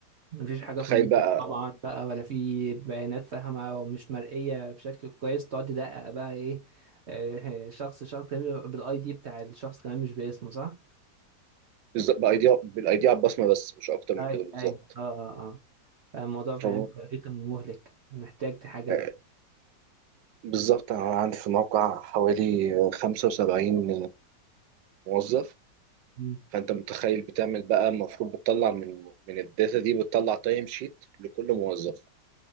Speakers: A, on the right; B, on the right.
A: مفيش حاجة
B: تخيل
A: في المخ
B: بقى
A: طبعا بقى ولا في بيانات فاهمة ومش مرئية بشكل كويس تقعد تدقق بقى ايه آه، <laughs> شخص شخص كمان بالاي دي بتاع الشخص كمان مش باسمه صح؟
B: بالظ- بايديا بالايديا على البصمه بس مش اكتر من
A: اي
B: كده بالظبط
A: اي اه اه اه الموضوع فعلا
B: ف
A: تاريخي مهلك محتاج حاجة
B: آه، بالظبط انا عندي في الموقع حوالي 75 موظف
A: امم
B: فانت متخيل بتعمل بقى المفروض بتطلع من من الداتا دي بتطلع تايم شيت لكل موظف